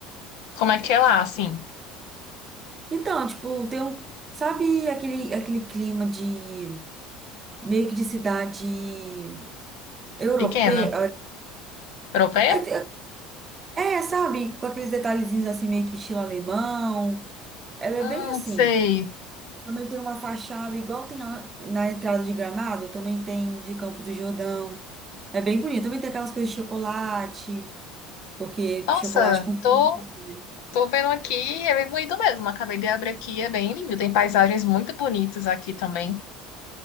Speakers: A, on the left (about 60°); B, on the right (about 30°).
A: Como é que é lá, assim?
B: Então, tipo, tem um, sabe aquele aquele clima de meio que de cidade europeia,
A: Pequena? Europeia?
B: é, É, sabe, com aqueles detalhezinhos assim, meio que estilo alemão. Ela
A: Hum,
B: é bem assim.
A: sei.
B: Também tem uma fachada, igual tem a- na entrada de Gramado, também tem de Campos do Jordão. É bem bonito. Também tem aquelas coisas de chocolate, porque
A: Nossa,
B: chocolate com frio.
A: tô,
B: né?
A: tô vendo aqui, é bem bonito mesmo. Acabei de abrir aqui, é bem lindo. Tem paisagens muito bonitas aqui também.